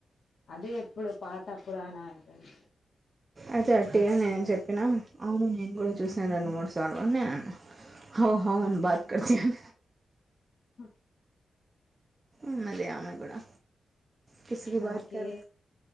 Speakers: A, on the left (about 60°); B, on the right (about 20°).
A: అదే ఎప్పుడు పాత పురాణాని
B: అది అట్టిగా నేనే చెప్పినా అవును నేను కూడా చూసాను రెండు మూడు సార్లుని నేను అన్నా హౌ హౌ అన్ బాత్ కర్తే హు
A: హ్మ్
B: ఉన్నది ఆమె కూడా కిస్కి
A: నాకే
B: బాత్ కర్